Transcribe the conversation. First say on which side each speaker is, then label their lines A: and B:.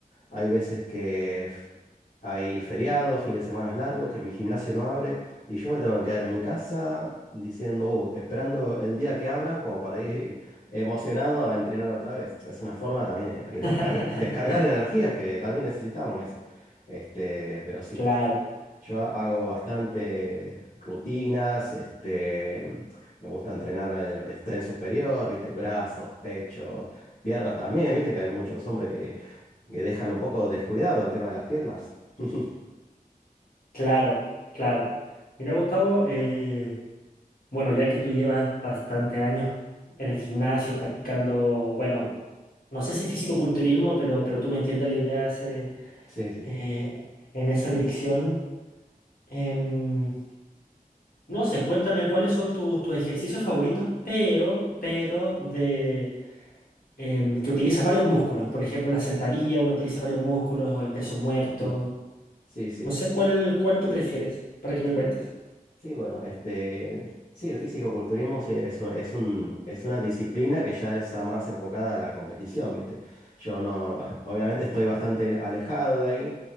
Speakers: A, on the left (about 55°); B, on the left (about 75°).
A: Hay veces que f- hay feriados, fines de semana largos, que mi gimnasio no abre y yo me tengo que quedar en mi casa diciendo, "Uh, esperando el día que abran como para ir emocionado a entrenar otra vez. Es una forma también eh,
B: <laughs>
A: de descargar, descargar energías que también necesitamos eso. Este, pero sí,
B: claro.
A: yo hago bastante rutinas, este, me gusta entrenar eh, lo que es tren superior, ¿viste? Brazos, pecho, piernas también, ¿viste? Que hay muchos hombres que, que dejan un poco descuidado el tema de las piernas. <laughs>
B: Claro, claro. Mira, Gustavo, eh, bueno, ya que tú llevas bastante años en el gimnasio practicando, bueno, no sé si físico-culturismo, pero, pero tú me entiendes la idea ese,
A: Sí, sí.
B: eh, en esa dirección. Em, no sé, cuéntame cuáles son tus, tus ejercicios favoritos, pero, pero de em, que utilizas varios músculos. Por ejemplo, la sentadilla, uno utiliza varios músculos, o el peso muerto.
A: Ujú. Sí, sí.
B: No sé cuál, cuál tú prefieres para que me
A: Sí.
B: cuentes.
A: Sí, bueno, este, sí, el físico-culturismo sí es un- es un- es una disciplina que ya está más enfocada a la competición, ¿viste? Yo no, <laughs> obviamente estoy bastante alejado de ahí,